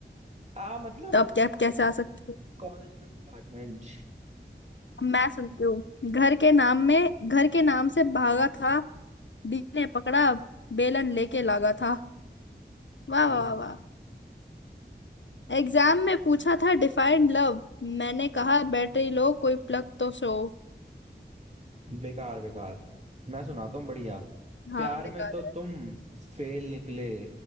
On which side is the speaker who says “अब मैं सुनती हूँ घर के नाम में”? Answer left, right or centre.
Left